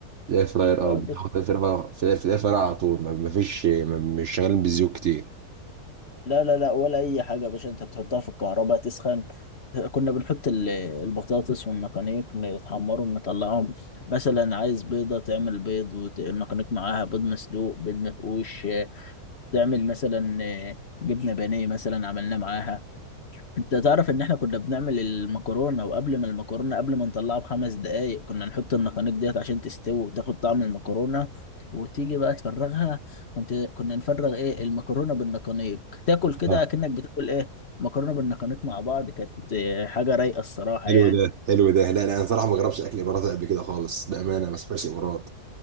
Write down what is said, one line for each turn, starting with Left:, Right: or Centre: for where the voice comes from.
Right: الاير فراير اه
Left: آه،
Right: بتحط في الاير فراير في الإير- في الاير فراير على طول ما ما فيش ما- مش شغالين بالزيوت كتير
Left: لا لا لا ولا اي حاجه يا باشا انت بتحطها في الكهرباء تسخن كنا بنحط ال- البطاطس والنقانيق نتحمرهم نطلعهم مثلا عايز بيضه تعمل بيض والنقانيق معاها بيض مسلوق بيض مفقوش آه، تعمل مثلا آه، جبنه بانيه مثلا عملناه معاها انت تعرف ان احنا كنا بنعمل المكرونه وقبل ما المكرونه قبل ما نطلعها بخمس دقائق كنا نحط النقانق ديت عشان تستوي وتاخد طعم المكرونه وتيجي بقى تفرغها كنت كنا نفرغ ايه المكرونه بالنقانيق تاكل كده
Right: اه
Left: اكنك بتاكل ايه مكرونه بالنقانيق مع بعض كانت اه، حاجه رايقه الصراحه
Right: حلو
Left: يعني
Right: ده حلو ده لا لا انا صراحه ما جربتش اكل اماراتي قبل كده خالص بامانه ما سافرش امارات